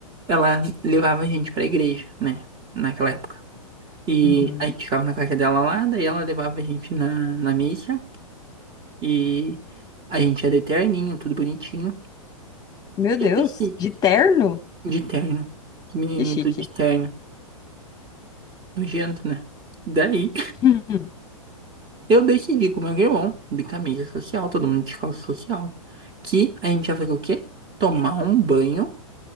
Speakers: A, on the right (about 25°); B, on the left (about 20°).
A: Ela levava a gente pra igreja, né? Naquela época. E
B: Uhum.
A: a gente ficava na casa dela lá, daí ela levava a gente na, na missa. E a gente ia de terninho, tudo bonitinho.
B: Meu
A: E
B: Deus,
A: eu desci
B: de terno?
A: de terno. Que Menininho
B: Que chique.
A: tudo de terno. Nojento, né? Daí.
B: <laughs>
A: Eu decidi com o meu irmão de camisa social, todo mundo de calça social, que a gente ia fazer o quê? Tomar um banho